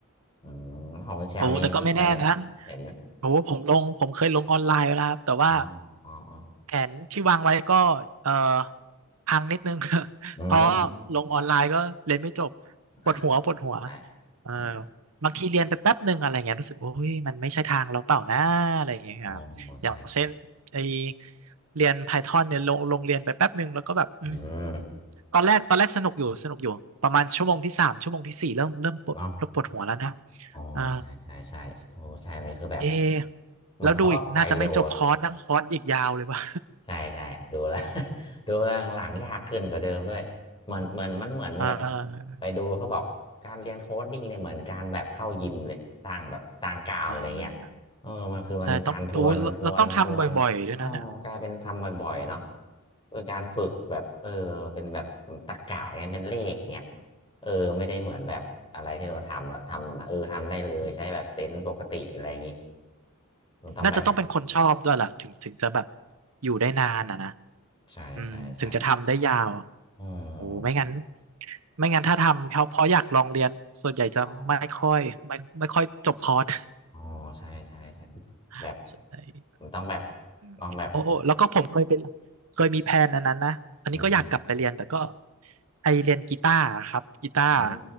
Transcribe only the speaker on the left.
อืมแล้วของคุณเชลมีมีแผนไหมเห็นไหม
อ๋ออ๋ออ๋อ
อืม
อ่า
ใช่
ใช่
อ๋อใช่ใช่
อืม
เนาะอ๋อใช่ใช่ใช่โอ้ใช่เลยคือแบบ
เหมือนเขาก็ไปเร็ว
ใช่ใช่ดูแล้ว <laughs> ดูแล้วหลังๆยากขึ้นกว่าเดิมด้วยเหมือนเหมือนมันเหมือนแบบ
ไปดูเขาบอกการเรียนโค้ดดิ้งเนี่ยเหมือนการแบบเข้ายิมเลยสร้างแบบสร้างกล้ามอะไรเงี้ยเออมันคือมันการทวนทวนทวนอ๋อกลายเป็นทำบ่อยๆเนาะ
เป็นการฝึกแบบเออเป็นแบบตรรกะเนี่ยเป็นเลขเนี่ยเออไม่ได้เหมือนแบบอะไรที่เราทำอะทำเออทำได้เลยใช้แบบเซนส์ปกติอะไรอย่างงี้มันต้องแบบ
ใช่ใช่ใช่
อืม
อ๋ออ๋อใช่ใช่ใช่
แบบ
มันต้องแบบ
ต้องแบบ
อืม
อืม